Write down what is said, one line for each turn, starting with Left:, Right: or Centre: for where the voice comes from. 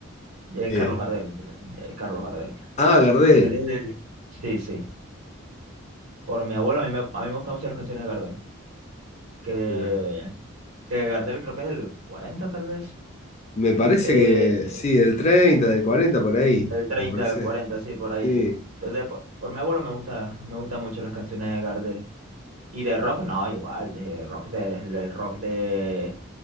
Right: Es
Left: eh,
Right: Carlos Gardel, yo también, eh, Carlos Gardel.
Left: Ah, Gardel,
Right: Que él es del... Sí, sí. Por mi abuelo a mí me, a mí me gustan mucho las canciones de Gardel. Que,
Left: mirá,
Right: que Gardel creo que es del 40 tal vez.
Left: me parece
Right: Eh,
Left: que
Right: eh,
Left: sí, del treinta del 40 por ahí,
Right: del 30,
Left: me parece.
Right: del 40, sí, por ahí.
Left: Sí,
Right: Entonces, por, por mi abuelo me gusta, me gustan mucho las canciones de Gardel. Y de rock no, igual, de rock de, el rock de,